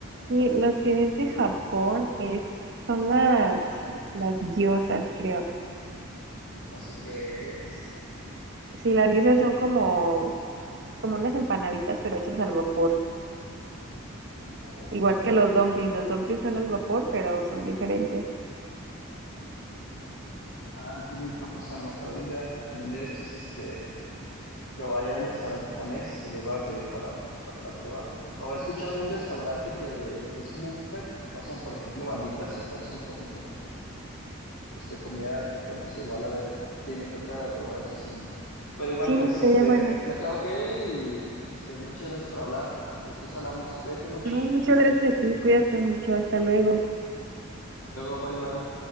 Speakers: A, on the right; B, on the left.
A: Sí, lo que es de Japón es, son las, las gyozas, creo.
B: No sé qué es.
A: Sí, las gyozas son como, como unas empanaditas, pero hechas al vapor.
B: Ay,
A: Igual
B: qué rico.
A: que los dumplings. Los dumplings son al vapor, pero son diferentes.
B: Ay, qué rico. Pues a lo mejor algún día, algún día de estos, este, que vaya a un restaurante japonés, pues los voy a pedir para, para probar. O he escuchado de un restaurante que, que es como un buffet, y pasan, por ejemplo, banditas y pasan como este, comida japonesa. Igual, a ver, sí me toca probar el sashimi. Pero igual,
A: Sí,
B: pues,
A: estaría
B: este,
A: buena.
B: me, me tengo que ir y, este, muchas gracias por hablar. Después hablamos. Cuídate mucho.
A: No, muchas gracias a ti, cuídate mucho, hasta luego.
B: Luego, bye bye.